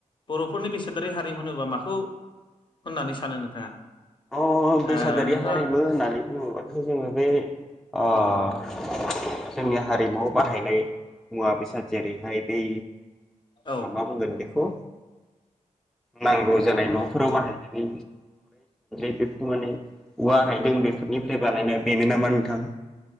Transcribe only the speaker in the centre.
अ बेसादारि
हारिमु होननानै बुङोबाथ' जोङो बे ओ <inaudible> जोंनि हारिमुआव बाहायनाय मुवा बेसाद जेरैहाय बै
आ मा बुंगोन बेखौ नांगौ जानाय
न'फोराव बाहायनाय <unintelligible> <unintelligible> बेफोर माने औवा रायदों बेफोरनिफ्राय बानायनाय बेनो नामा नोंथां?